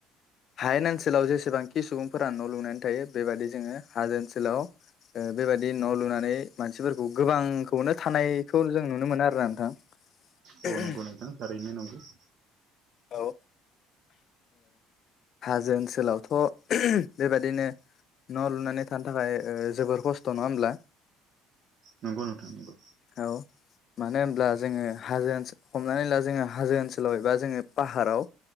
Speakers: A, on the left; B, on the right.
A: हायेन ओनसोलाव जेसेबांखि सुबुंफोरा न' लुनानै थायो बेबायदि जोङो हाजो ओनसोलाव ओ बेबायदि न' लुनानै मानसिफोरखौ गोबांखौनो थानायखौ जों नुनो मोनो आरो ना नोंथां। <inaudible>
B: औ नंगौ नोंथां थारैनो नंगौ।
A: औ हाजो ओनसोलावथ' बेबादिनो न' लुनानै थानो थाखाय ओ जोबोर खस्थ' नङा होमब्ला
B: नंगौ नोंथां नंगौ।
A: औ मानो होनब्ला जोङो हाजो ओनसोल हमनानै ला जोङो हाजो ओनसोलाव एबा जोङो पाहाराव'